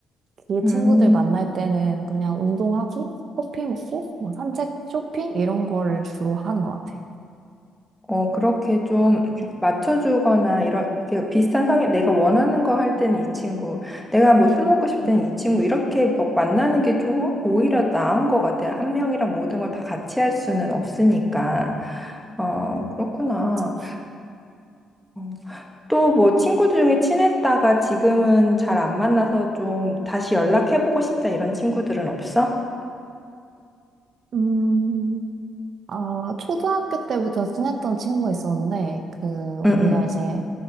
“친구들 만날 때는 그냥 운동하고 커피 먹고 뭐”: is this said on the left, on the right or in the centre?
Right